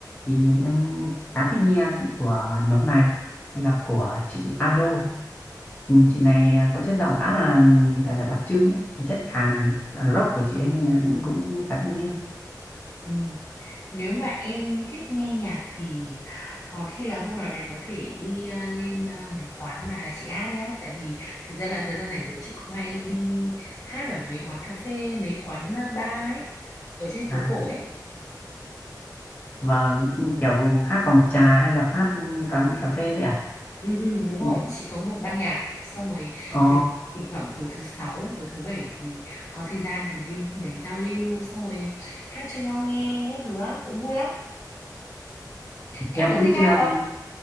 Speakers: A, on the left; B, on the left.
A: thì em khá thích nghe của nhóm này là của chị Ado Ừ, chị này à, có chất giọng khá là là, là đặc trưng ấy. chất khàn à, rock của chị ấy nên là em cũng khá thích nghe
B: ừm. Nếu mà em thích nghe nhạc thì có khi là hôm nào đấy có thể đi ờ, lên ờ, mấy quán mà chị hát nhá. Tại vì thực ra là thời gian rảnh rỗi chị cũng hay đi hát ở mấy quán cà phê, mấy quán ờ, bar ấy, ở trên
A: à,
B: phố cổ ấy.
A: và kiểu hát phòng trà hay là hát quán cà phê đấy à
B: Ừ, ừ, đúng
A: Ừ,
B: rồi, chị có một ban nhạc xong rồi
A: Ồ
B: kiểu thỉnh thoảng tối thứ sáu, tối thứ bảy thì có thời gian thì lên đấy giao lưu xong rồi hát cho nhau nghe các thứ á, cũng vui lắm. Em
A: em
B: có
A: cũng
B: thích
A: chưa
B: hát không?